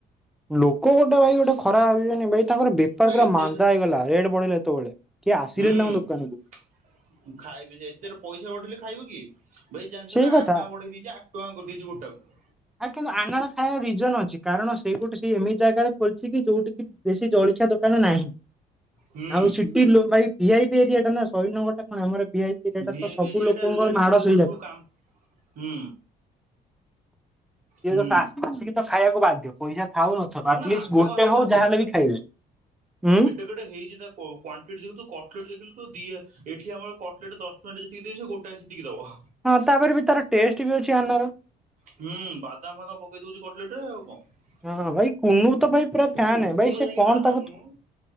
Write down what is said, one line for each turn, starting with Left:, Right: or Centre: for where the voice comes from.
Centre: ଲୋକ ଗୋଟେ ଭାଇ ଗୋଟେ ଖରା ଭାବିବନି ଭାଇ ତାଙ୍କର ବେପାର
Right: ନା
Centre: ପୁରା
Right: ଏତେ
Centre: ମାନ୍ଦା
Right: ଏତେ
Centre: ହେଇଗଲା ରେଟ୍ ବଢି଼ଲା ଯେତେବେଳେ। କିଏ ଆସିଲେନି
Right: ହୁଁ
Centre: ତାଙ୍କ ଦୋକାନକୁ
Right: ଖାଇବି ସେ ଏତେରେ ପଇସା ବଢି଼ଲେ ଖାଇବେ କିଏ? ଭାଇ ଜାଣିଛୁ
Centre: ସେଇ
Right: ନା
Centre: କଥା।
Right: ଆନା ବଢ଼େଇ ଦେଇଛି ଆଠ ଟଙ୍କା କରିଦେଇଛି ଗୋଟାକୁ।
Centre: ଆ କିନ୍ତୁ ଆନାର ଖାଇବାର ରିଜନ ଅଛି କାରଣ ସେଇ ଗୋଟେ ଏମିତି ଜାଗାରେ ଖୋଲିଛି କି ଯୋଉଠ କି ବେଶୀ ଜଳିଖିଆ ଦୋକାନ ନାହିଁ
Right: ହୁଁ
Centre: ବୁଝିଲୁ। ଭ ଭିଆଇପି ଏରିଆ ଟା ନା ଶହିଦ୍ ନଗର ଟା କଣ ଆମର ଭ ଆଇ ପି ଏରିଆ ଟା
Right: ଭିଆଇପି
Centre: ତ ସବୁ
Right: ଏରିଆ
Centre: ଲୋକଙ୍କ
Right: ଟା ହେଲା ବେଳକୁ
Centre: ମାଡ଼
Right: ସେପଟେ
Centre: ସଇଯା
Right: ସବୁ କାମ ହୁଁ। ହୁଁ
Centre: ଏ ଆସିକି ତ ଖାଇବାକୁ ବାଧ୍ୟ ପଇସା ଥାଉ ନଥ
Right: ଶୁଣ
Centre: ଆଟଲିଷ୍ଟ
Right: ଆଠ ଟଙ୍କା
Centre: ଗୋଟେ
Right: ହେଲେ
Centre: ହଉ
Right: ତାର
Centre: ଯାହା ହେଲେ ବି ଖାଇବେ। ହୁଁ।
Right: ଯୋଟା ହେଇଚି ତା କୋ କ୍ବାଣ୍ଟିଟି ଯେହେତୁ କଟଲେଟ ଦେଖିଲୁ ତୁ ଦି ଏଠି ଆମର କ ଟ୍ଲେଟ୍ ଦଶ ଟଆଁରେ ଯେତିକି ଦିଏ ସେ ଗୋଟାଏ ସେତିକି ଦବ।
Centre: ହଁ ତାପରେ ବି ତାର ଟେଷ୍ଟ ବି ଅଛି ଆନର।
Right: ହୁଁ ବାଦାମ ଫାଦାମ ପକେଇ ଦଉଛି କଟଲେଟ ଆଉ କଣ।
Centre: ହଁ ହଁ ଭାଇ କୁନୁ ତ ଭାଇ ପୁରା ଫ୍ୟାନ୍
Right: ଆରେ ଉଠୁନୁ
Centre: ଭାଇ ସେ
Right: ଯାଇକି
Centre: କଣ
Right: ବାହାରନୁ।
Centre: ତାକୁ